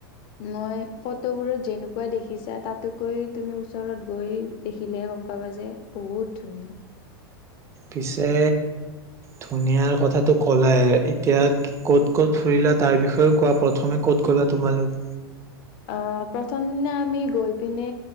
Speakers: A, on the left; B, on the right.
A: মই ফটোবোৰত যেনেকুৱা দেখিছা তাতকৈ তুমি ওচৰত গৈ। দেখিলেহে গম পাবা যে বহুত ধুনীয়া।
B: পিছে ধুনীয়াৰ কথাটো ক'লাই এতিয়া। ক'ত ক'ত ফুৰিলা তাৰ বিষয়েও। কোৱা প্ৰথমে ক'ত গ'লা তোমালোক?
A: অ, প্ৰথম দিনা আমি গৈ পিনে